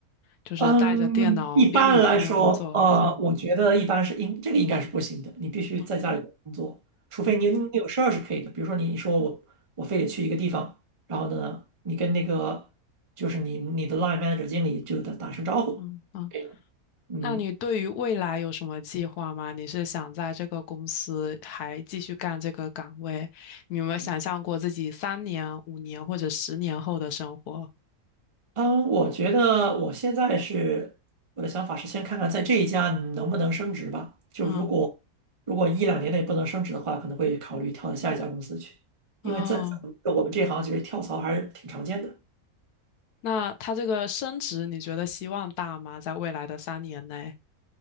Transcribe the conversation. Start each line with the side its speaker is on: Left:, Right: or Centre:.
Left: 就是带着电脑边旅游边工作啊，
Right: 嗯，一般来说，呃，我觉得一般是应这个应该是不行的，你必须在家里工作，
Left: 嗯
Right: 除非你有你有事儿是可以的。
Left: 嗯
Right: 比如说你说我我非得去一个地方，然后呢，你跟那个就是你你的 line manager 经理就打打声招呼，
Left: 嗯嗯。
Right: 可以了。嗯。
Left: 那你对于未来有什么计划吗？你是想在这个公司还继续干这个岗位？你有没有想象过自己三年、
Right: 嗯
Left: 五年或者十年后的生活？
Right: 嗯，我觉得我现在是我的想法是先看看在这一家能不能升职吧。就如果如果一两年内不能升职的话，
Left: 嗯
Right: 可能会考虑跳到下一家公司去，
Left: 哦，
Right: 因为在在我们这行其实跳槽还是挺常见的。
Left: 那他这个升职，你觉得希望大吗？在未来的三年内？